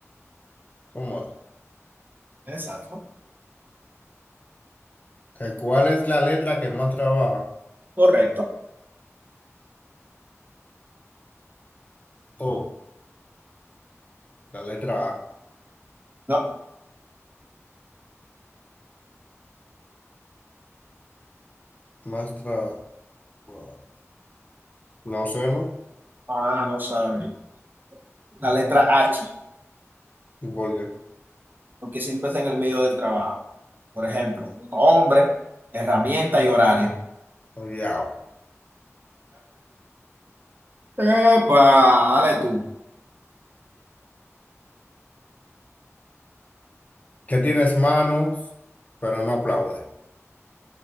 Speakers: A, on the left; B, on the right.
A: ¿Cómo es?
B: Exacto.
A: ¿Que ¿Cuál es la letra que más trabaja?
B: Correcto.
A: Oh, la letra A.
B: No.
A: Más tra- bueno, No sé, ¿no?
B: Ah, no sabe. la letra H,
A: ¿Y por qué?
B: porque siempre está en el medio del trabajo. Por ejemplo, hombre, herramienta y horario.
A: Ya.
B: ¡Epa! Dale tú.
A: Que tienes manos, pero no aplaude.